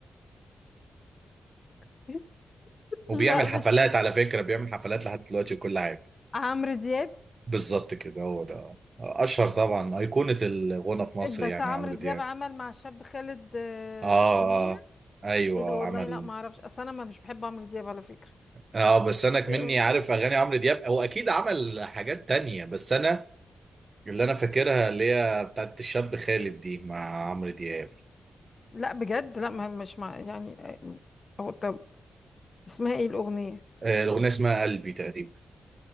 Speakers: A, on the left; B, on the right.
A: <laughs>
B: وبيعمل
A: لا مش
B: حفلات على فكرة بيعمل حفلات لحد دلوقتي وكل حاجة
A: عمرو دياب
B: بالظبط كده هو ده اشهر طبعا ايقونة الغنى في مصر
A: بس
B: يعني
A: عمرو
B: عمرو
A: دياب
B: دياب
A: عمل مع الشاب خالد آه،
B: اه اه
A: اغنيه
B: آه. ايوه
A: ايه ده والله
B: عمل
A: لا ما اعرفش اصل انا ما مش بحب عمرو دياب على فكره
B: اه بس انا
A: آه،
B: مني عارف اغاني عمرو دياب هو اكيد عمل حاجات تانية بس انا اللي انا فاكرها اللي هي بتاعت الشاب خالد دي مع عمرو دياب
A: لا بجد لا ما مش مع يعني آه، هو طب اسمها ايه الاغنيه
B: آه، الاغنيه اسمها قلبي تقريبا